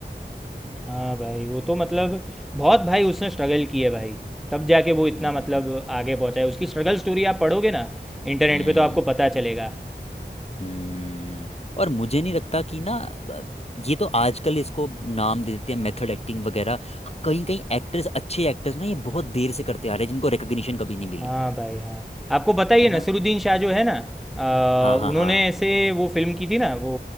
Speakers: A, in the centre; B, on the left.
A: हाँ भाई वो तो मतलब बहुत भाई उसने स्ट्रगल की है भाई तब जाके वो इतना
B: हम्म
A: मतलब आगे पहुंचा है उसकी स्ट्रगल स्टोरी आप पढ़ोगे ना इंटरनेट
B: हम्म
A: पे तो आपको पता चलेगा
B: हम्म। और मुझे नहीं लगता कि ना ब- ये तो आजकल इसको नाम दे देते हैं मेथड एक्टिंग वगैरह कहीं कहीं एक्टर्स अच्छे एक्टर्स ना ये बहुत देर से करते आ रहे हैं जिनको रिकग्निशन कभी नहीं मिली
A: हाँ भाई हाँ आपको पता ही
B: है
A: है
B: ना
A: नसीरुद्दीन शाह जो है ना अ,
B: हाँ हाँ
A: उन्होंने
B: हाँ
A: ऐसे वो फिल्म की थी ना वो